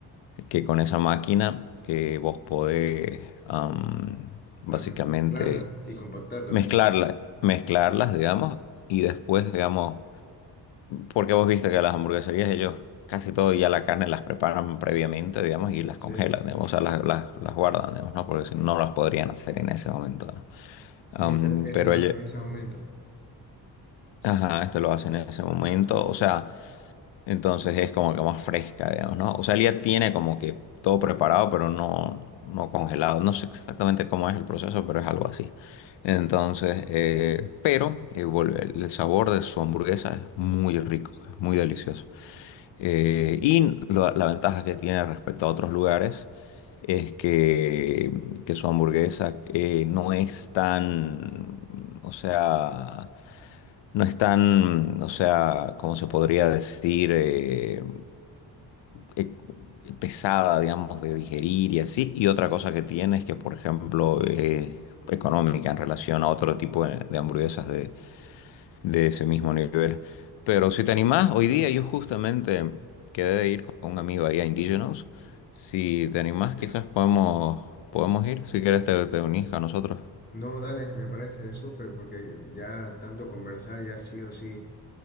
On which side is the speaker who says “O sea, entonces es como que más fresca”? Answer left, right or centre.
Left